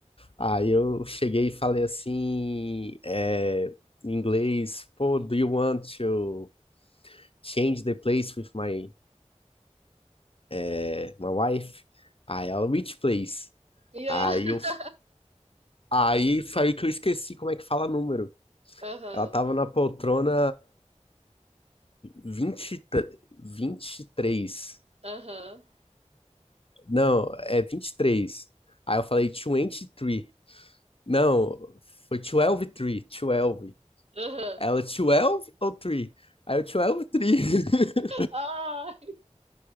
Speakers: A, on the left; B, on the right.
A: aí eu cheguei e falei assim, é, em inglês, pô, do you want to change the place with my, eh, my wife? Aí ela, which place?
B: Yeah.
A: Aí eu,
B: <laughs>
A: aí foi aí que eu esqueci como é que fala número.
B: Aham.
A: Ela tava na poltrona vinte e tre- vinte e três
B: Aham.
A: Não, é vinte e três Aí eu falei 23. Não, foi 12, 3, 12.
B: Aham.
A: Ela, 12 ou 3? Aí eu, 12, 3. <laughs>
B: Ai,